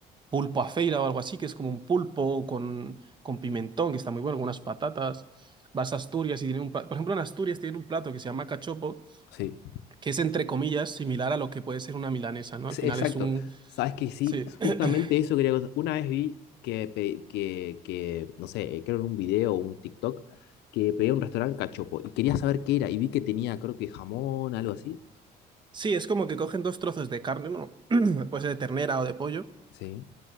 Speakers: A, on the right; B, on the left.
A: pulpo a feira o algo así, que es como un pulpo con, con pimentón, que está muy bueno, algunas patatas. Vas a Asturias y tienen un plato, por ejemplo, en Asturias tienen un plato que se llama cachopo,
B: Sí,
A: que es entre comillas similar a lo que puede ser una milanesa, ¿no?
B: Sí,
A: Al final
B: exacto.
A: es un,
B: Sabes que sí,
A: sí, <clears throat>
B: justamente eso quería. Una vez vi que, pe- que, que, no sé, creo en un video o un TikTok, que pedía un restaurante cachopo y quería saber qué era y vi que tenía, creo que jamón, algo así.
A: Sí, es como que cogen dos trozos de carne, ¿no? <clears throat> Pues de ternera o de pollo,
B: Sí,